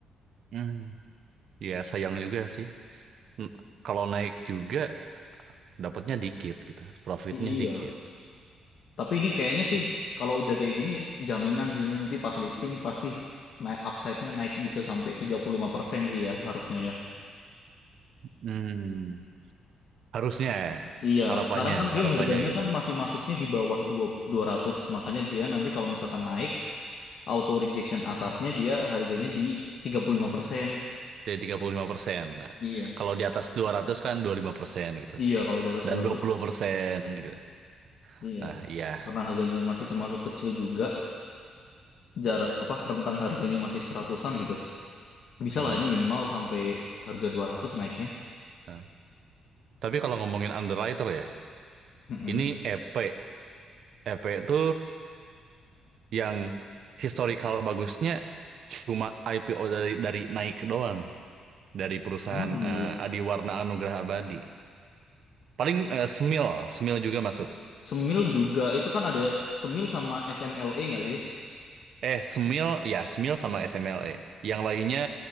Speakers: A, on the right; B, on the left.
A: Hmm. Ya sayang juga sih. N- Kalau naik juga dapatnya dikit gitu, profitnya
B: I- Iya.
A: dikit.
B: Tapi ini kayaknya sih
A: Ya.
B: kalau udah kayak gini jaminan sih ini nanti pas listing pasti naik upside-nya naik bisa sampai 35% sih ya harusnya ya.
A: Hmm. Harusnya ya,
B: Iya,
A: harapannya,
B: sekarang kan dia
A: harapannya
B: harganya
A: gitu.
B: kan masih masuknya di bawah dua dua ratus makanya dia nanti kalau misalkan naik auto rejection atasnya dia harganya di tiga puluh lima persen
A: Jadi 35%. Nah,
B: Iya.
A: kalau di atas 200 kan 25% gitu.
B: Iya, kalau di atas
A: Dan
B: dua
A: dua
B: ratus
A: puluh persen gitu.
B: iya.
A: Ah, iya.
B: Karena harganya masih termasuk kecil juga, jarak apa rentang harganya masih seratusan gitu. Bisa
A: Hmm.
B: lah ini minimal sampai harga 200 naiknya.
A: Nah, Tapi kalau ngomongin underwriter ya,
B: Mm-mm.
A: ini EP. EP itu yang historical bagusnya cuma IPO dari dari Nike doang dari perusahaan
B: Emang iya.
A: eh, Adiwarna Anugrah Abadi. Paling eh, Smil, Smil juga masuk.
B: Semil juga itu kan ada Semil sama SMLE nggak sih?
A: Eh, Smil, ya Smil sama SMLE. Yang lainnya